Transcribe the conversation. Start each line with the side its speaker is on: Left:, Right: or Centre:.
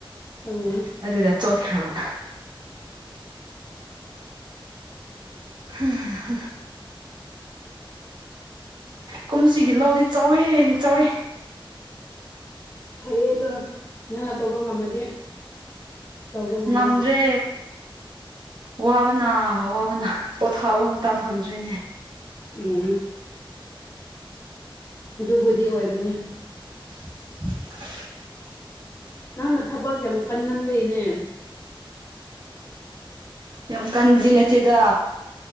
Left: ꯎꯝ
Right: ꯑꯗꯨꯗ ꯆꯣꯠꯈ꯭ꯔꯕ ꯍꯨꯝ ꯍꯨꯝ ꯀꯨꯝꯁꯤꯒꯤ ꯂꯧꯗꯤ ꯆꯥꯎꯋꯦꯍꯦ ꯆꯥꯎꯋꯦ
Left: ꯐꯩꯌꯦ ꯑꯗꯣ ꯅꯪꯅ ꯇꯧꯕ ꯉꯝꯃꯗꯤ ꯇꯧꯕꯅ
Right: ꯉꯝꯗ꯭ꯔꯦ
Left: ꯍꯦꯟꯅ
Right: ꯋꯥꯕꯅ ꯋꯥꯕꯅ ꯄꯣꯊꯥꯕ ꯃꯇꯝ ꯐꯪꯗ꯭ꯔꯦꯅꯦ
Left: ꯎꯝ ꯑꯗꯨꯕꯨꯗꯤ ꯑꯣꯏꯒꯅꯤ
Right: <inaudible>
Left: ꯅꯪꯅ ꯊꯕꯛ ꯌꯥꯝ ꯀꯟꯃꯟꯕꯩꯅꯦ
Right: ꯌꯥꯝ ꯀꯟꯁꯤ ꯅꯠꯇꯦꯗ